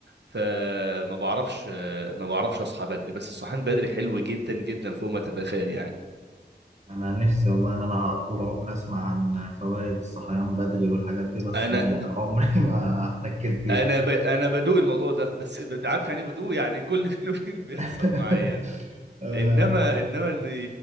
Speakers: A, on the right; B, on the right.
A: فما بعرفش آه ما بعرفش اصحى بدري بس الصحيان بدري حلو جدا جدا فوق ما تتخيل يعني
B: انا نفسي والله ان انا طول عمري اسمع عن فوائد الصحيان بدري والحاجات دي بس
A: انا
B: يعني <laughs> عمري ما احتكيت بيها
A: انا ب... انا بدوق الموضوع ده بس بت- عارف يعني إيه بدوق يعني كل <laughs> فين وفين بيحصل
B: <laughs>
A: معايا
B: آه،
A: انما انما ان